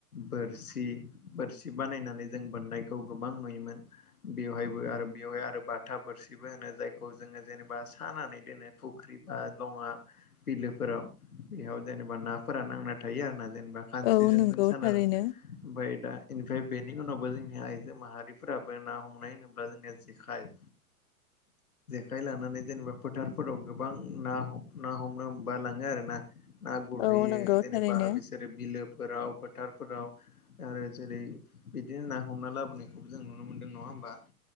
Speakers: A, on the left; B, on the left.
A: बोरसि बोरसि बानायनानै जों बोननायखौ गोबां नुयोमोन बेवहायबो आरो बेवहाय आरो बाथा बोरसिबो होनो जायखौ जोंङो जेनेबा सानानै दोनो फुख्रि बा दङा बिलोफोराव बेयाव जेनेबा नाफारा नांना थायो आरोना जेनेवा खास्रिजों
B: औ नंगौ
A: जों सानो
B: थारैनो
A: ओमफफ्राय दा निमफ्राय बेनि उनावबो जोंनि आइजो माहारिफोराबो ना हमनाय होनोब्ला जोंनि फ्राय जेखाइ लानानै जेनेबा फोथारफोराव गोबां ना ना हमनो हबा लाङो आरो ना ना गुरहैयो
B: औ नंगौ
A: जेनेबा
B: थारैनो
A: बिसोरो बिलोफोराव फोथारफोराव आरो जेरै बिदिनो ना हमना लाबोनायखौबो जों नुनो मोनदों नङा होमबा